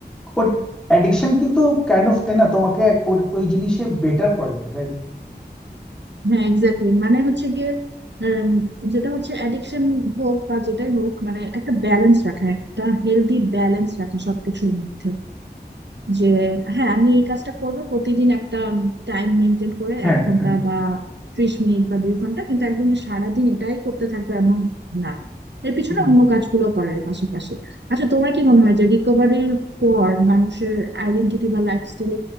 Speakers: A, in the centre; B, on the right.
A: ওর অ্যাডিকশন কিন্তু কাইন্ড অফ তাই না তোমাকে এক- ওই ওই জিনিসে বেটার করে রাইট
B: হ্যাঁ এক্স্যাক্টলি মানে হচ্ছে গিয়ে উম, যেটা হচ্ছে অ্যাডিকশন হোক বা যেটাই হোক মানে একটা ব্যালেন্স রাখা একটা হেলদি ব্যালেন্স রাখা সবকিছুর মধ্যে যে হ্যাঁ আমি এই কাজটা করব প্রতিদিন একটা টাইম মেনটেন করে
A: হ্যাঁ
B: এক ঘন্টা
A: হ্যাঁ
B: বা ত্রিশ মিনিট বা দুই ঘন্টা কিন্তু একদম যে সারাদিন এটাই করতে থাকবে এমন না এর পিছনে
A: right.
B: অন্য কাজগুলো করার পাশাপাশি আচ্ছা তোমার কি মনে হয় যে রিকভারির পর মানুষের আইডেন্টিটি বা লাইফস্টাইলে